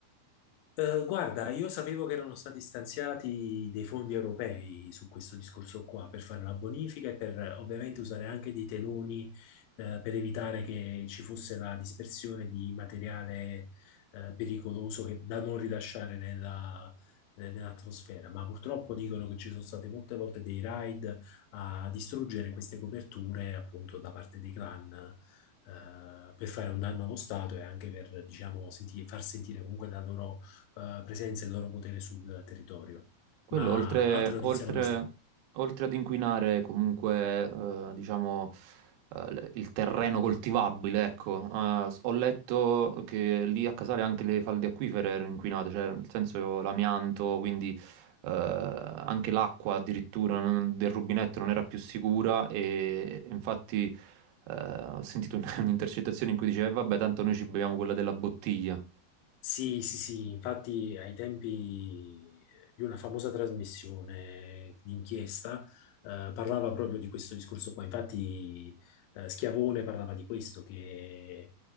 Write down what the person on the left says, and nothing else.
Eh, guarda, io sapevo che erano stati stanziati dei fondi europei su questo discorso qua per fare la bonifica e per eh, ovviamente usare anche dei teloni eh, per evitare che ci fosse la dispersione di materiale eh, pericoloso che- da non rilasciare nella- eh, nell'atmosfera. Ma purtroppo dicono che ci sono state molte volte dei raid a distruggere queste coperture appunto da parte dei clan. eh, per fare un danno allo Stato e anche per, diciamo, senti- far sentire comunque la loro eh, presenza e il loro potere sul territorio,
ma
altre notizie
non le so.
Sì, sì, sì, infatti ai tempi eh, di una famosa trasmissione di inchiesta eh, parlava proprio di questo discorso qua. Infatti eh, Schiavone parlava di questo, che